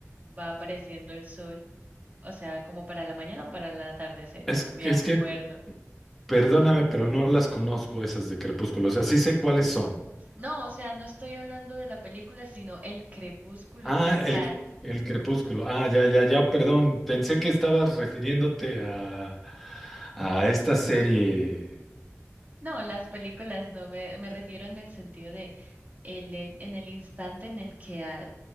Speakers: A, on the right (about 30°); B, in the centre.
A: Va apareciendo el sol, o sea, como para la mañana o para el atardecer,
B: es,
A: no
B: que-
A: me acuerdo.
B: es que, perdóname, pero no las conozco esas de Crepúsculo, o sea, sí sé cuáles son.
A: No, o sea, no estoy hablando de la película, sino el crepúsculo
B: Ah,
A: como
B: el,
A: tal.
B: el Crepúsculo, ah, ya, ya, ya, perdón, pensé que estabas refiriéndote a, a esta serie.
A: No, las películas no, me, me refiero en el sentido de el, el- en el instante en el que ah,